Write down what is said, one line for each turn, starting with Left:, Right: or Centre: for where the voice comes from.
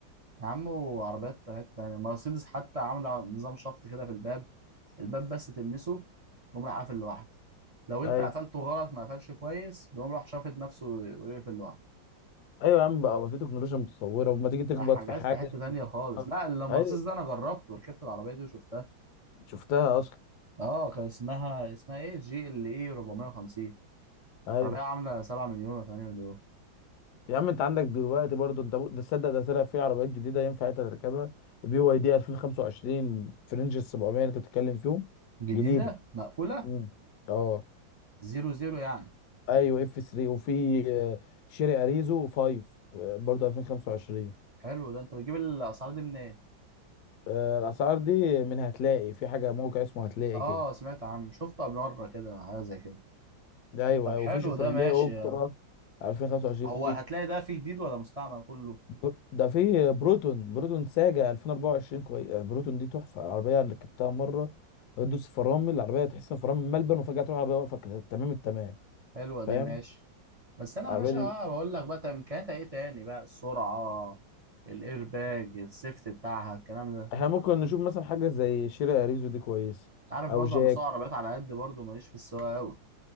Right: يا عم وعربيات حتة تانية مرسيدس حتى عاملة نظام شفط كده في الباب الباب بس تلمسه يقوم راح قافل لوحده لو انت
Left: ايوه
Right: قفلته غلط ما قفلش كويس بيقوم راح شافط نفسه ويقفل لوحده
Left: ايوه يا عم بقى في تكنولوجيا متطوره وما تيجي تخبط
Right: ده حاجات
Left: في حاجه
Right: في حتة تانية خالص
Left: تقف.
Right: لا اللامبرسيس
Left: ايوه
Right: ده انا جربت وركبت العربية دي وشفتها
Left: شفتها اصلا
Right: اه كان اسمها اسمها ايه جي ال اي 450
Left: ايوه
Right: عربية عاملة 7 مليون ولا 8 مليون
Left: يا عم انت عندك دلوقتي برضو انت ممكن- ده تصدق ده طلع في عربيات جديده ينفع انت تركبها بي واي دي 2025 في رينج ال 700 اللي انت بتتكلم فيهم
Right: جديدة
Left: جديده
Right: مقفولة
Left: امم اه
Right: زيرو زيرو يعني
Left: ايوه اف 3 وفي آه، شيري اريزو 5 آه، برضه 2025
Right: حلو ده انت بتجيب الاسعار دي منين
Left: آه، الاسعار دي من هتلاقي في حاجه موقع اسمه هتلاقي
Right: اه
Left: كده
Right: سمعت عنه شفته قبل مرة كده حاجة زي كده
Left: ايوه
Right: طب
Left: أيوة،
Right: حلو
Left: وفي شيفروليه
Right: ده ماشي
Left: اوبترا
Right: آه،
Left: 2025
Right: هو
Left: في
Right: هتلاقي ده فيه جديد ولا مستعمل كله
Left: ب- ده في بروتون بروتون ساجا 2024 كويس بروتون دي تحفه العربيه انا ركبتها مره بتدوس فرامل العربيه تحس ان فرامل ملبن وفجاه تروح العربيه واقفه كده تمام التمام
Right: حلوة دي
Left: فاهم
Right: ماشي بس انا
Left: العربيه
Right: يا باشا
Left: دي
Right: آه، بقول لك بقى طب امكانياتها ايه تاني بقى السرعة الايرباج السيفت بتاعها الكلام ده
Left: احنا ممكن نشوف مثلا حاجه زي شيري اريزو دي كويس
Right: عارف
Left: او
Right: برضه
Left: جاك
Right: انا بسوق عربيات على قد برضه ماليش في السواقه قوي